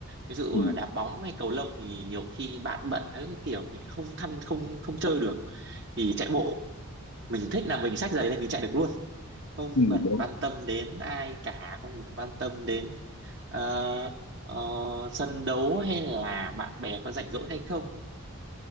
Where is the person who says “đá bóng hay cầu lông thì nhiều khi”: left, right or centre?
Right